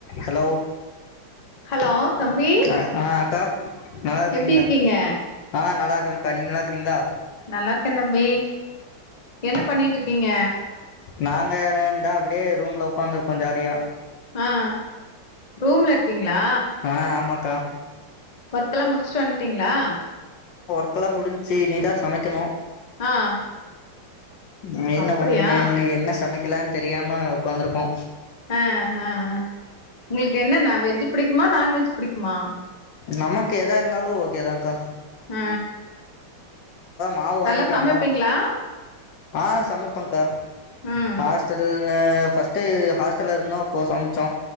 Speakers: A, on the left (about 65°); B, on the left (about 25°).
A: ஹலோ
B: ஹலோ தம்பி
A: அ ஆ அக்கா நல்லாயிருக்கிங்களா
B: எப்டி இருக்கீங்க
A: ஆ நல்லா இருக்கரங்கா நீங்க நல்லா இருக்கறீங்களா
B: நல்லா இருக்க தம்பி என்ன பண்ணிட்டு இருக்கீங்க
A: நாங்க இந்தா அப்டியே ரூம்ல உக்காந்துருக்கோ ஜாலியா
B: ஆ ரூம்ல இருக்கீங்களா
A: ஆ ஆமாக்கா
B: வர்க்கல்லா முடிச்சிட்டு வன்ட்டீங்களா
A: வர்க்லா முடிஞ்சி இனிதா சமைக்கனு
B: ஆ
A: நீ என்ன
B: அப்படியா
A: பண்ண இன்னிக்கி என்ன சமை க்கலா தெரியாம உக்காந்துருக்கோ
B: ஆ ஆ ஆ உங்களுக்கு என்னன்னா வெஜ் புடிக்குமா நான்வெஜ் புடிக்குமா
A: நமக்கு எதா இருந்தாலு ஓக்கே தாக்கா
B: ஆ
A: மாவு
B: நல்லா
A: வாங்கிட்டு
B: சமைப்பீங்களா
A: வந்தோ ஆ சமைப்பங்கா
B: ம்
A: ஹாஸ்டல் ஹ ஃபர்ஸ்ட் ஹாஸ்டல இருந்தோ அப்போ சம் த